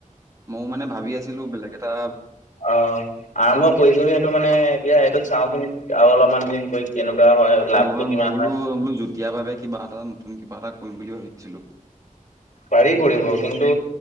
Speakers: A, on the right; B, on the left.
A: ময়ও মানে ভাবি আছিলো বেলেগ এটা।
B: অঁ। আৰম্ভ কৰিছো সেইটো মানে এতিয়া এইটোক চাওঁচোন আৰু অলপমান দিন কৰি কেনেকুৱা হয়। লাভটো
A: নহয়
B: কিমান
A: মই বোলো
B: হয়।
A: বোলো যুটীয়া ভাৱে কিবা এটা নতুন কিবা এটা কৰিম বুলি ভাবিছিলো।
B: পাৰি কৰিব কিন্তু